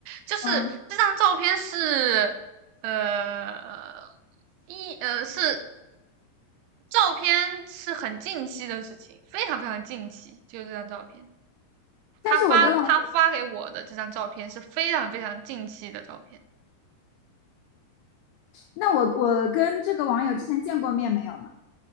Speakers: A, on the right; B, on the left.
A: 就是这张照片是，
B: 嗯，
A: 呃，一呃是照片是很近期的事情，非常非常近期，就这张照片。
B: 但是我跟我，
A: 他发他发给我的这张照片是非常非常近期的照片，
B: 那我我跟这个网友之前见过面没有嘛？